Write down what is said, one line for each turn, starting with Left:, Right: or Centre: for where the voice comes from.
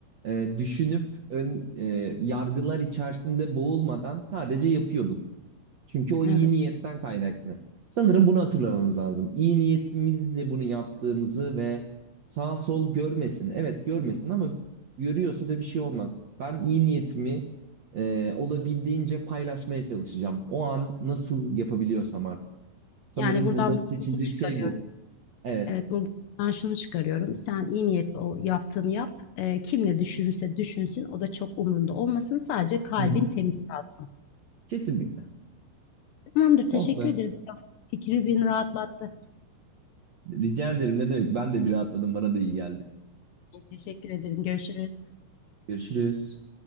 Right: e, düşünüp ön e, yargılar içerisinde boğulmadan sadece yapıyorduk. Çünkü o iyi
Left: Evet.
Right: niyetten kaynaklı. Sanırım bunu hatırlamamız lazım. İyi niyetimizle bunu yaptığımızı ve sağ sol görmesin. Evet görmesin ama görüyorsa da bir şey olmaz. Ben iyi niyetimi e, olabildiğince paylaşmaya çalışacağım. O an nasıl yapabiliyorsam artık. Sanırım
Left: Yani buradan
Right: burada seçilecek
Left: bunu çıkarıyorum.
Right: şey bu. Evet.
Left: Evet, buradan şunu çıkarıyorum. Sen iyi niyetli o yaptığını yap. Ee, kim ne düşünürse düşünsün. O da çok umrunda olmasın. Sadece kalbin
Right: Hı hı.
Left: temiz kalsın.
Right: Kesinlikle.
Left: Tamamdır.
Right: Oh
Left: Teşekkür
Right: be.
Left: ederim. Fikri beni rahatlattı.
Right: Rica ederim. Ne demek? Ben de bir rahatladım. Bana da iyi geldi.
Left: Teşekkür ederim. Görüşürüz.
Right: Görüşürüz.